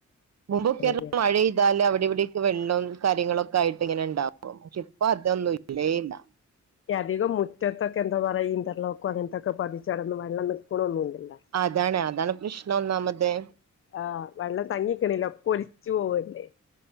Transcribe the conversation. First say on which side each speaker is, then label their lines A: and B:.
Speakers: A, on the right; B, on the left.
A: മുമ്പൊക്കെ
B: ശരിയാണ്
A: പറഞ്ഞാ മഴെയ്താല് അവിടെവിടൊക്കെ വെള്ളം കാര്യങ്ങളൊക്കെ ആയിട്ട് ഇങ്ങനെ ഇണ്ടാവും പക്ഷെ ഇപ്പതൊന്നും ഇല്ലേ ഇല്ല.
B: അധികം മുറ്റത്തൊക്കെ എന്താ പറയാ ഇന്റാർലോക്കോ അങ്ങൻത്തൊക്കെ പതിച്ചാട്ന്ന് വെള്ളം നിക്ക്ണൊന്നും ഇല്ലല്ലാ
A: അതാണ് അതാണ് പ്രശ്നം ഒന്നാമത്തെ
B: ആഹ് വെള്ളം തങ്ങിക്ക്ണ്ല്ല ഒക്കെ ഒലിച്ചു പോവല്ലെ